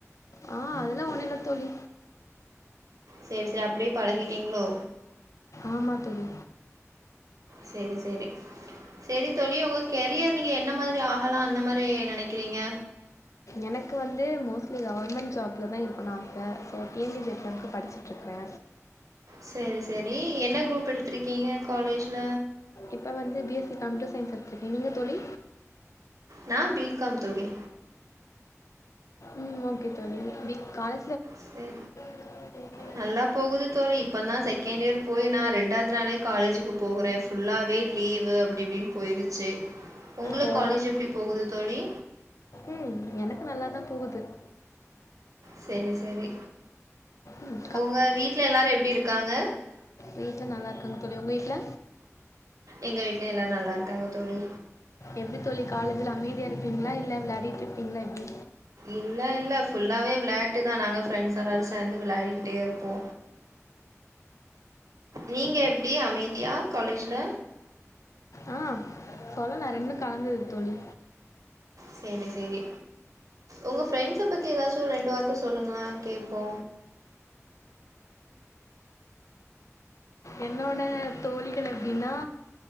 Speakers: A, on the left; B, on the right.
A: ஆ அதுல்லா ஒன்னு இல்ல தோழி
B: சேரி சேரி அப்டியே பழகிட்டீங்களோ
A: ஆமா தோழி
B: சேரி சேரி செரி தோழி உங்க கெரியர் நீங்க என்ன மாரி ஆகலா அந்த மாறி நெனைக்கிறீங்க
A: எனக்கு வந்து மோஸ்ட்லி கவர்மெண்ட் ஜாப்ல தா இருக்கணு ஆசை so T N P C எக்ஸாமுக்கு படிச்சு இருக்கே
B: சேரி சேரி என்ன குரூப் எடுத்திருக்கீங்க காலேஜ்ல
A: இப்ப வந்து B S C computer science எடுத்துருக்கேங்க நீங்க தோழி
B: நா பீ காம் தோழி
A: ம் ஓகே தோழி இன்னைகி காலே
B: சேரி
A: <inaudible>
B: நல்லா போகுது தோழி இப்போ தான் செகண்ட் இயர் போய் நா ரெண்டாவது நாளே காலேஜுக்கு போகுறே ஃபுல்லாவே லீவு அப்டி இப்டின்னு போயிருச்சு உங்களுக்
A: ஓ
B: காலேஜ் எப்டி போகுது தோழி
A: ம் எனக் நல்லா தான் போகுது ம்
B: செரி செரி
A: ம்
B: உங்க வீட்ல எல்லாரு எப்டி இருக்காங்க
A: வீட்ல நல்லாருக்காங்க தோழி உங்க வீட்ல
B: எங்க வீட்லயு எல்லா நல்லாருக்காங்க தோழி
A: எப்டி தோழி காலேஜ்ல அமைதியா இருப்பிங்ளா இல்ல விளையாடிட்டு இருப்பிங்ளா எப்டி
B: இல்ல இல்ல ஃபுல்லாவே விளையாட்டுதா நாங்க ஃப்ரெண்ட்ஸ் எல்லாரு சேந்து விளாடிக்கிட்டே இருப்போ நீங்க எப்டி அமைதியா காலேஜ்ல
A: ஆ சொல்லா நா ரெண்டு கலந்தது தோழி
B: செரி செரி உங்க ஃபிரண்ட்ஸ பத்தி எதாச்சு ஒரு ரெண்டு வார்த்த சொல்லுங்களே கேப்போ
A: என்னோட தோழிகள் எப்டின்னா